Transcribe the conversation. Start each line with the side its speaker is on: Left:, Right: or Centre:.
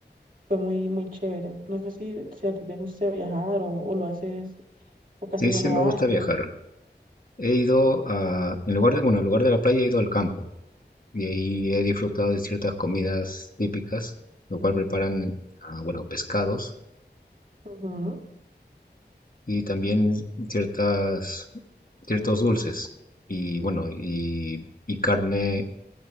Right: fue muy, muy chévere. No sé si, si a ti te gusta viajar o, o lo haces o casi
Left: Sí,
Right: no
Left: sí
Right: lo
Left: me
Right: haces.
Left: gusta viajar. He ido a, en lugar de, bueno, en lugar de la playa he ido al campo y ahí he disfrutado de ciertas comidas típicas, lo cual preparan, ah, bueno, pescados
Right: Ujú.
Left: y también ciertas, ciertos dulces y bueno, y, y carne